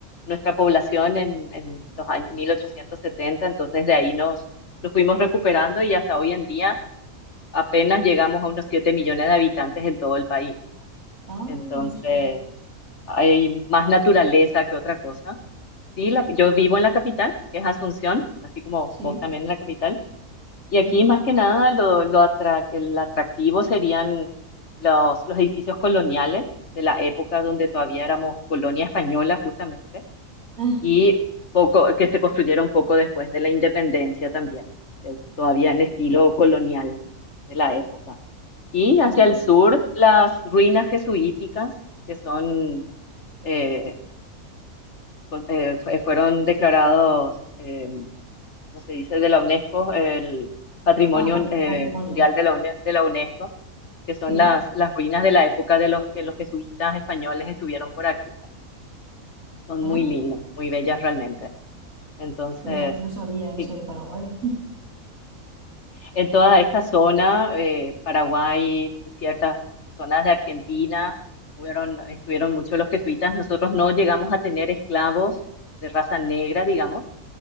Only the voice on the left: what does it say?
nuestra población en, en los años mil ochocientos setenta entonces de ahí nos, nos fuimos recuperando y hasta hoy en día apenas llegamos a unos 7 millones de habitantes en todo el país.
Entonces,
hay más naturaleza que otra cosa. Sí, la- yo vivo en la capital, que es Asunción, así como
vos también en la capital. Y aquí
más que nada lo, lo atra- el atractivo serían los, los edificios coloniales de la época donde todavía éramos colonia española justamente
y poco que se construyeron poco después de la independencia también, eh, todavía en estilo colonial de la época. Y hacia
el sur, las ruinas jesuíticas, que son eh, con- eh, fue- fueron declarados, eh, ¿cómo se dice?, de la UNESCO, el Patrimonio
eh,
Mundial de la, UNE- de la UNESCO, que son
las, las ruinas de la época de los que los jesuitas españoles estuvieron por aquí, ¿verdad? Son
muy lindas, muy bellas realmente. Entonces,
sí.
En toda esta zona, eh, Paraguay, ciertas zonas de Argentina, fueron, estuvieron muchos los jesuitas. Nosotros no llegamos a tener esclavos de raza negra, digamos